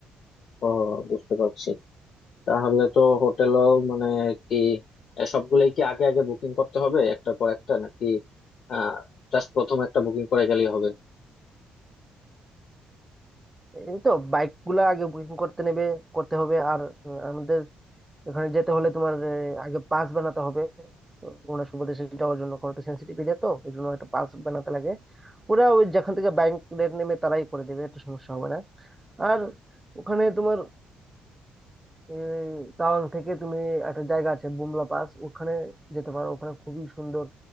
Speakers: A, on the left; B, on the right.
A: ও বুঝতে পারছি তাহলে তো হোটেলও মানে কি এ সবগুলোই কি আগে আগে বুকিং করতে হবে একটার পর একটা নাকি আহ জাস্ট প্রথম একটা বুকিং করে গেলেই হবে
B: এই তো বাইক গুলা আগে বুকিং করতে নেবে করতে হবে আর উম, আমাদের এখানে যেতে হলে তোমার আহ, আগে পাস বানাতে হবে ওনার সুবাদে যাওয়ার জন্য কারণ একটু সেন্সিটিভ এরিয়া তো এই জন্য একটা পাস বানাতে লাগে ওরা ওই যেখান থেকে বাইক রেট নেমে তারাই করে দেবে একটা সমস্যা হবে না আর ওখানে তোমার উম, তাওয়াং থেকে তুমি একটা জায়গা আছে বুমলা পাস ওখানে যেতে পারো ওখানে খুবই সুন্দর